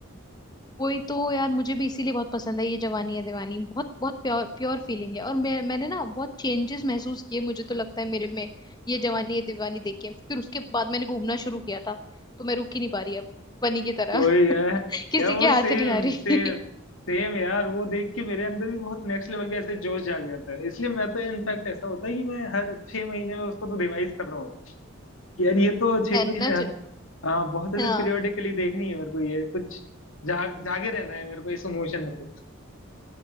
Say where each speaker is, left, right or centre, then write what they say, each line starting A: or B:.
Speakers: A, on the left; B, on the left.
A: वही तो यार मुझे भी इसीलिए बहुत पसंद है ये जवानी है दीवानी बहुत बहुत प्योर प्योर फीलिंग है और मैं मैंने ना बहुत चेंजेस महसूस किए मुझे तो लगता है मेरे में ये जवानी है दीवानी देख के फिर उसके बाद मैंने घूमना शुरू किया था तो मैं रुक ही नहीं पा रही अब बनी की तरह
B: वही यार
A: <laughs> किसी
B: यार वो
A: के हाथ
B: सेम
A: नहीं आ रही
B: सेम
A: <laughs>
B: सेम यार वो देख के मेरे अंदर भी बहुत नेक्स्ट लेवल का ऐसे जोश जाग जाता है इसलिए मैं तो इनफैक्ट ऐसा होता है कि मैं हर छह महीने में उसको तो रिवाइज कर रहा होता हूँ कि यार ये तो छह
A: है
B: महीने
A: ना च-
B: हाँ बहुत ऐसे
A: हाँ
B: पीरियोडिकली देखनी है मेरे को ये कुछ जाग जागे रहना है मेरे को इस इमोशन में तो